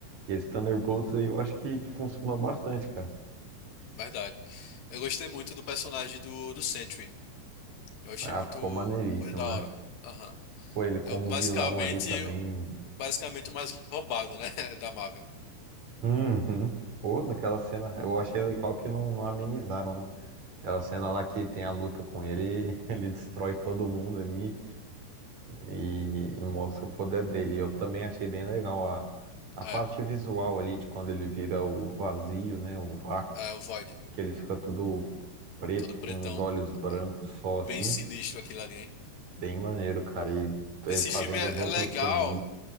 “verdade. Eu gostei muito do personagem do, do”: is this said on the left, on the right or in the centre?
Left